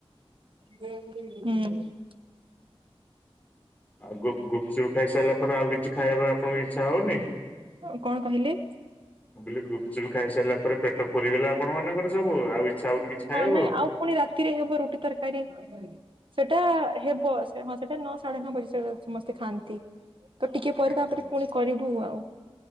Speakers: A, on the right; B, on the left.
A: ହୁଁ।
B: ଆଉ ଗୁପ ଗୁପଚୁପ୍ ଖାଇ ସାଇଲା ପରେ ଆଉ କିଛି ଖାଇଆ ପାଇଁ ଆପଣଙ୍କ ଇଚ୍ଛା ହଉନି?
A: ଆ କଣ କହିଲେ?
B: ମୁଁ କହିଲି ଗୁପଚୁପ୍ ଖାଇସାରିଲା ପରେ ପେଟ ପୁରିଗଲା ଆପଣ ମାନଙ୍କର ସବୁ ଆଉ ଇଚ୍ଛା ହଉନି କିଛି ଖାଇଆକୁ?
A: ହଁ ନାଇଁ ଆଉ ପୁଣି ରାତିରେ ହେବ ରୁଟି ତରକାରୀ ସେଟା ହେବ, ସେ ହଁ ସେଟା ନ ସାଢେ ନଅ ବଜେ ସମସ୍ତେ ଖାଆନ୍ତି। ତ ଟିକେ ପରେ
B: ଆଚ୍ଛା
A: ତାପରେ
B: ଆଚ୍ଛା
A: କୁଣି କରିବୁ ଆଉ।